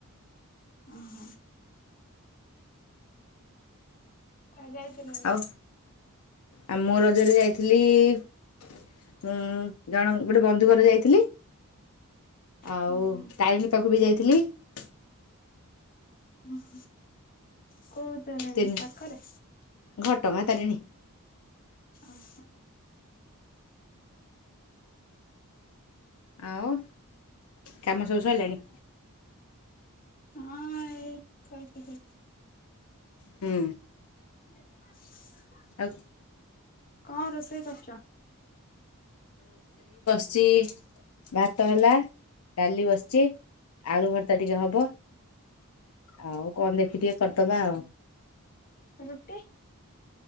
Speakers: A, on the left (about 40°); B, on the left (about 75°).
A: ଅହ। ଆଉ ଯାଇଥିଲୁ?
B: ଆଉ ଆଉ ମୁଁ ରଜରେ ଯାଇଥିଲି ଉଁ ଜଣ କ ଗୋଟେ ବନ୍ଧୁ ଘର ଯାଇଥିଲି, ଆଉ
A: ହୁଁ
B: ତାରିଣୀ ପାଖକୁ ବି ଯାଇଥିଲି। ହିଲି।
A: ଓହ। କୋଉ ତାରେଣୀ
B: ତିନି
A: ପାଖରେ।
B: ଘଟଗାଁ ତାରିଣୀ।
A: ଅହ।
B: ଆଉ କାମ ସବୁ ସଇଲାଣି।
A: ହଁ ଏଇ ଖ ତ ଖ।
B: ହୁଁ।
A: <inaudible>
B: ଆଉ
A: କଣ ରୋଷେଇ କରୁଚ?
B: ଚି ଭାତ ହେଲା। ଡାଲି ବସିଛି ଆଳୁ ଭର୍ତ୍ତା ଟିକେ ହବ ଆଉ କଣ ଦେଖି ଟିକେ କରିଦବା ଆଉ।
A: ରୁଟି